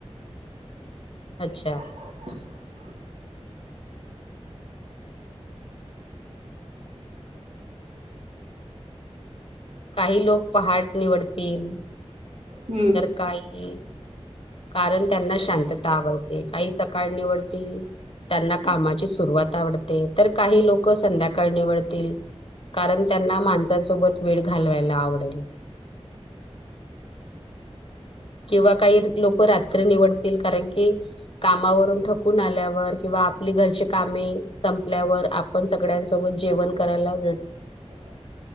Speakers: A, on the left; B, on the right.
A: अच्छा.
B: <inaudible>
A: काही लोकं पहाट निवडतील.
B: हम्म.
A: काय हे. कारण त्यांना शांतता आवडते, काही सकाळ निवडतील. त्यांना कामाची सुरुवात आवडते, तर काही लोकं संध्याकाळ निवडतील. कारण त्यांना माणसासोबत वेळ घालवायला आवडेल. किंवा काही लोकं रात्री निवडतील. कारण की, कामावरून थकून आल्यावर किंवा, आपली घरची कामे संपल्यावर आप पण सगळ्यांसोबत जेवण करायला वेळ.
B: <inaudible>